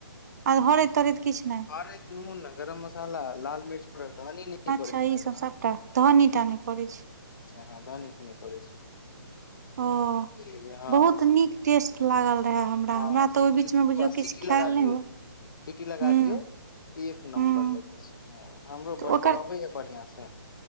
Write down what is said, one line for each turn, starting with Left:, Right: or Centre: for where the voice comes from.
Right: आ भरेत- तरैत किछ ने।
Left: तारे के नून ने गरम मसाला, लाल मिर्च पाउडर, धनी नहि
Right: अच्छा
Left: पड़ै
Right: ई
Left: छै
Right: सब सबटा धहनीटा ने पड़ै छै।
Left: हाँ धनी ने पड़ै छैय।
Right: ओ
Left: बुझ गलिये हाँ
Right: बहुत
Left: से
Right: नीक टेस्ट लागल रहे हमरा
Left: हाँ
Right: हमरा
Left: सीटी-सीटी
Right: तऽ ओहि बीच मे बुझियौ किछु
Left: लगा
Right: खायल नहि
Left: दीयो।
Right: हुए
Left: सीटी लगा
Right: हुँ
Left: दियो। एक नम्बर
Right: हुँ
Left: लगे छै खाय में हमरो
Right: तऽ
Left: बनबै
Right: ओकर
Left: आबे या बढ़िया से।